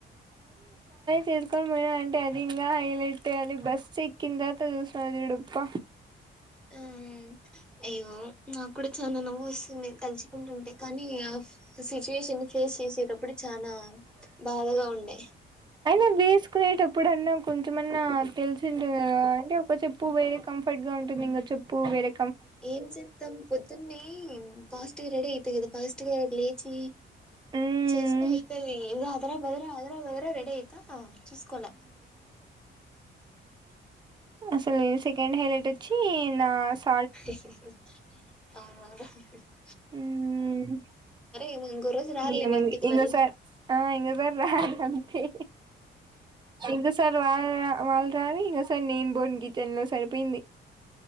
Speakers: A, on the right; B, in the centre.
A: చేసుకొని పోయినా అంటే అది ఇంగా హైలెట్ అది బస్సు ఎక్కిన తర్వాత చూసినజూడుప్ప
B: ఆ అయ్యో నాకు కూడా చానా నవ్వొస్తుంది తలుచుకుంటుంటే కానీ ఏ ఆఫ్ సిచ్యువేషను ఫేస్ చేసేటప్పుడు చానా బాధగా ఉండే
A: అయినా వేసుకునేటప్పుడన్నా కొంచెమన్నా తెలిసి ఉంటది కదా అంటే ఒక చెప్పు వేరే కంఫర్ట్ గా ఉంటుంది ఇంకో చెప్పు వెరె
B: ఏం చేద్దాం పొద్దున్నె ఫాస్టుగా రెడీ అయిత గదా ఫాస్టుగా లేచి
A: మ్మ్
B: చేస్త అయితది ఇగ అదరా బదర అదర బదర రెడి అయిత చూసుకోల
A: అసలీ సెకండ్ హైలెట్ ఒచ్చి నాస్
B: హి హి హీ అవునవును హ్ హ్ హ్
A: ఉ ఊమ్
B: ఏమో ఇంకో రోజు రారులే
A: ఏముంది
B: మీ ఇంటికి
A: ఇంగోసరి
B: వాళ్ళు
A: ఆ ఇంగోసరి రాడం హ్ హ్ ఇంకోసారి రార వాళ్ళు రాని ఇంకా సర్ నేం బోన్ గితన్ లో సరిపోయింది